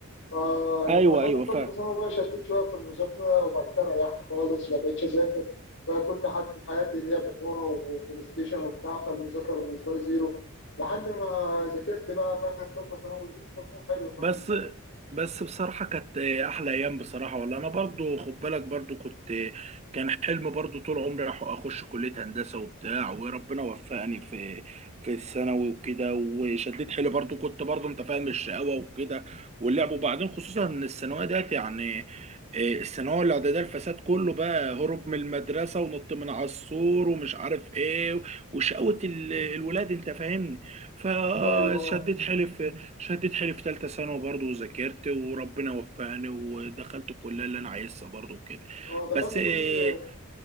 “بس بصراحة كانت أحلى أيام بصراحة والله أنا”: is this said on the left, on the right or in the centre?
Right